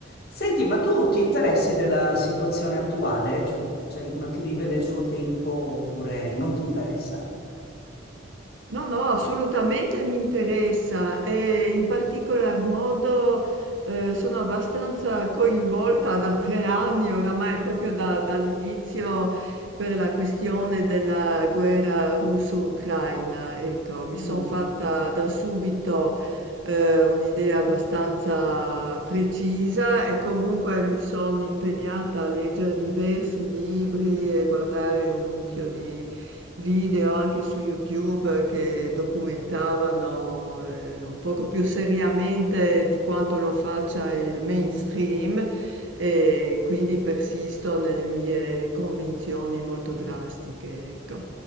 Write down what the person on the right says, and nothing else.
No, no, assolutamente mi interessa e in particolar modo eh, sono abbastanza coinvolta da tre anni oramai, proprio da- dall'inizio per la questione della guerra russo-ucraina. Ecco, mi
sono fatta da subito eh, un'idea abbastanza precisa e comunque mi sono impegnata a leggere diversi libri e guardare un mucchio di video anche su YouTube che documentavano eh, un poco più seriamente di quanto lo faccia il mainstream e quindi persisto nelle mie convinzioni molto drastiche, ecco.